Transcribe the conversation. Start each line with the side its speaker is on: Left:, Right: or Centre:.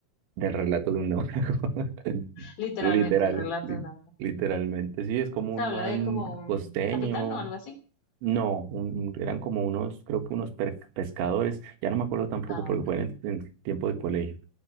Right: del relato de un náufrago. <laughs>
Left: Literalmente,
Right: Literal,
Left: el relato
Right: li-
Left: en África.
Right: literalmente. Sí, es como
Left: Se
Right: un
Left: habla
Right: man
Left: de como un
Right: costeño.
Left: capitán o algo así.
Right: No, un- eran como unos, creo que unos per- pescadores. Ya no me acuerdo tampoco
Left: Ah,
Right: porque
Left: ok.
Right: fue en el, en el tiempo de colegio.